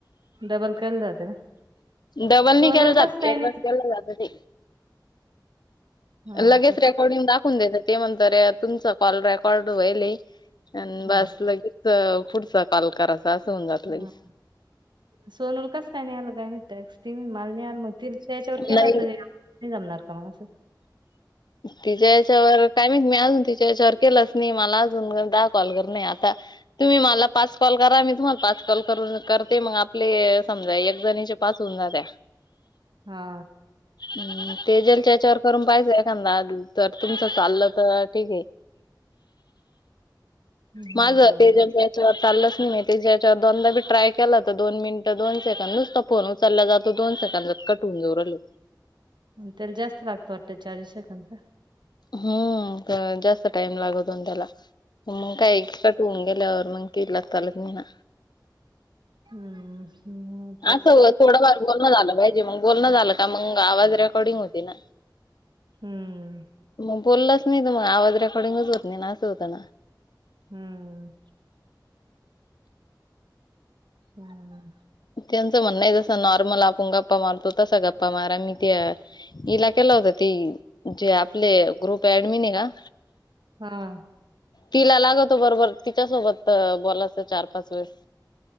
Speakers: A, on the right; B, on the left.
A: डबल केलं जाते ना.
B: डबल
A: सोनूला
B: नी केलं जात
A: कसं काय
B: एकदाच
A: नाही
B: केलं जात ते.
A: हाव
B: लगेच
A: का
B: रेकॉर्डिंग दाखवून द्यायचं ते म्हणता अरे तुमचं कॉल रेकॉर्ड व्हयेले. आणं बसं
A: हाव
B: लगे क पुढचा काॅल कराचा असं हुऊन जात. लगेच
A: हं. सोनूल कस काय नई आलं काय माईत टॅक्स ती म्हणे माल नी आलं म तील्तच्या येच्यावर केल
B: नाही
A: होत वे नई जमणार का मंग आसं?
B: तिच्या याच्यावर काय माईत मी अजून तिच्या याच्यावर केलाच नी, मला अजून गन दहा कॉल करणंय आता. तुम्ही मला पाच कॉल करा मी तुम्हाला पाच कॉल करून करते मंग आपले समजा एक जणीचे पाच होवून जात्या.
A: हा.
B: हम् तेजलच्या येच्यावर करून पायचा एक समजा जर तुमचं चाललं त ठीके.
A: हम्म,
B: माझं
A: बरं.
B: तेजलचे चाललंच नी मी तीच्या याच्यावर दोनदा बी ट्राय केला त दोन मिनट, दोन सेकंदच तो फोन उचलला जातो, दोन सेकंदात कट हुवून जाऊ रालो.
A: त्याल जास्त लागतो वाटतं, चाळीस सेंकंद गं.
B: हुम्म, क जास्त टाइम लागतो न त्याला मंग काय कट हुन गेल्यावर मं कइ ईलाज चालत नी ना.
A: हम्. <unintelligible>
B: असं थोडाफार बोलणं झालं पायजे, मंग बोलणं झालं का मंग आवाज रेकॉर्डिंग होती ना.
A: हम्म
B: मंग बोललंच नई त म आवाज रेकॉडिंगच होत नई ना असं होतं ना.
A: हम्म, अच्छा.
B: त्यांचं म्हणणंय जसं नॉर्मल आपण गप्पा मारतो तसा गप्पा मारा मीं ते इला केलं होतं, ती जे आपले ग्रुप ऍडमीने ना
A: हा.
B: तिला लागतो बरोबर तिच्यासोबत बोलायचं चार, पाच वेळेस.